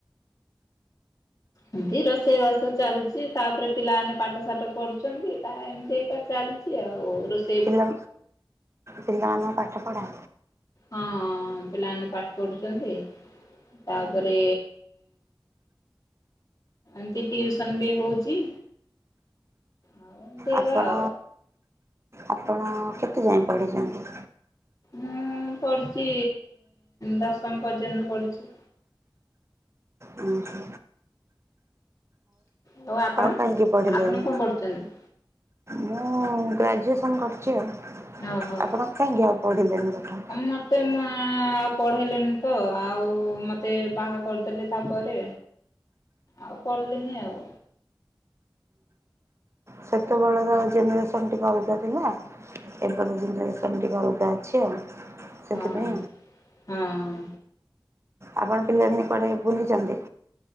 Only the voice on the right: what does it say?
ପିଲ ପିଲାମାନଙ୍କ ପା କପଡ଼ା
ଆପଣ
ଆପଣ କେତେ ଯାଏ ପଢ଼ିଛନ୍ତି।
ହୁ ହ
କାହିଁକି ପଢ଼ିଲେନି?
ମୁଁ ଗ୍ରାଜୁଏସନ୍ କରିଛି ଆଉ
ଆପଣ ପାଇଁ ଗ ପଢ଼ିଲନ ଦେଥା
ସେତେବେଳର ଜେନେରେସନ ଟିକେ ଅଲଗା ଥିଲା ଏବେ ଜେନେସନ ଟିକେ ଅଲଗା ଅଛି ଆଉ ସେଥିପାଇଁ
ଆପଣ ପିଲା ନ ପଡେଇ ବୁଲିଛନ୍ତି।